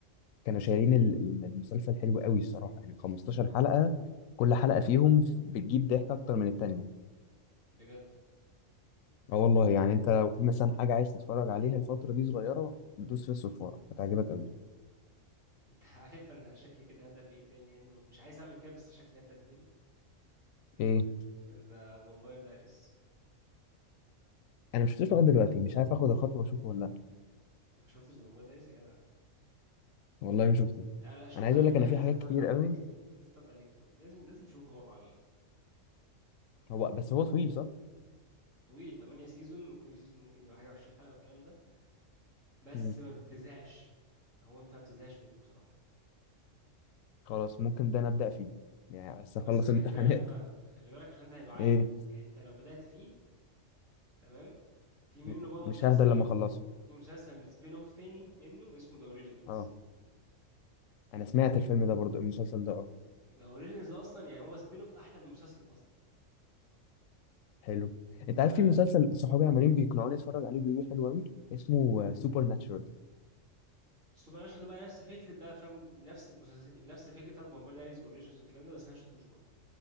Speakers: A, on the left (about 85°); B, on the right (about 75°).
A: كانوا شايلين ال- ال- المسلسل حلو قوي الصراحه يعني 15 حلقه كل حلقه فيهم بتجيب ضحك اكتر من التانيه
B: بجد
A: اه والله يعني انت لو في مثلا حاجه عايز تتفرج عليها الفتره دي صغيره دوس في الصفاره هتعجبك قوي
B: انت <laughs> عارف انا شكلي كده هبدا في ايه تاني يعني ومش عايز اعمل كده بس شكلي هبدا فيه تاني
A: ايه
B: ذا فامباير دايريز
A: انا مش شفتوش لغايه دلوقتي مش عارف اخد الخطوه واشوفه ولا لا
B: ما شفتش ذا فامباير دايريز يا جدع
A: والله ما شفته
B: لا لا شوف
A: انا عايز
B: عشان
A: اقول لك
B: دي
A: انا
B: حاجة
A: في
B: لازم
A: حاجات
B: تعدي
A: كتير
B: عليك
A: قوي
B: لازم تعدي عليك لازم لازم تشوفه مرة على ال-
A: هو بس هو طويل صح
B: طويل 8 سيزون وكل سيزون ممكن يبقى حاجة 20 حلقة والكلام ده بس
A: مم.
B: ما بتزهقش هو انت ما بتزهقش منه بصراحة
A: خلاص ممكن ده نبدا فيه يعني بس اخلص
B: بس خلي
A: امتحانات
B: بالك بقى خلي بالك عشان ده هيبقى عالم
A: ايه
B: يعني انت لو بدأت فيه تمام في منه
A: م-
B: بقى مسلسل
A: مش ههدى لما اخلصه
B: في مسلسل سبين اوف تاني منه اسمه ذا اوريجينالز
A: اه انا سمعت الفيلم ده برضو المسلسل ده اه
B: ذا اوريجينالز اصلا يعني هو سبين اوف احلى من المسلسل اصلا
A: حلو انت
B: ف
A: عارف في مسلسل صحابي عمالين بيقنعوني اتفرج عليه بيقولوا لي حلو قوي اسمه سوبر ناتشورال
B: السوبر ناتشورال ده بقى نفس فكره بقى افلام نفس المسلسل نفس الفكره بتاعت فامباير دايريز واوريجينز والكلام ده بس انا ما شفتوش برضه